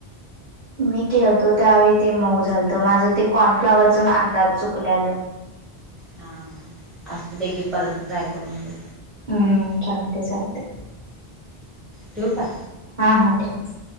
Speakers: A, on the right (about 45°); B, in the centre.
A: मी केलतो त्यावेळी ते मऊ झालतं, माझं ते कॉर्नफ्लावरच अंदाज चुकल्यालं
B: हा, हा असू दे की परत ट्राय करून बघ.
A: हम्म, चालतय चालतय.
B: ठेऊ का?
A: हा, हा ठीक.